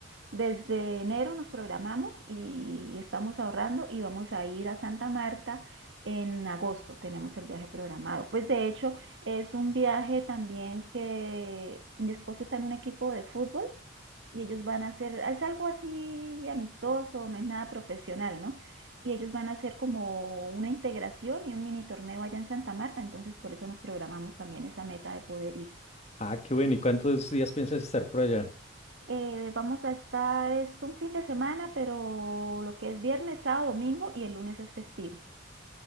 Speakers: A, on the right; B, on the left.
A: desde enero nos programamos y estamos ahorrando y vamos a ir a Santa Marta en agosto. Tenemos el viaje programado. Pues de hecho es un viaje también que mi esposo está en un equipo de fútbol y ellos van a hacer, es algo así amistoso, no es nada profesional, ¿no? Y ellos van a hacer como una integración y un mini torneo allá en Santa Marta, entonces por eso nos programamos también esa meta de poder ir.
B: Ah, qué bueno. ¿Y cuántos días piensas estar por allá?
A: Eh, vamos a estar, es un fin de semana, pero lo que es viernes, sábado, domingo y el lunes es festivo.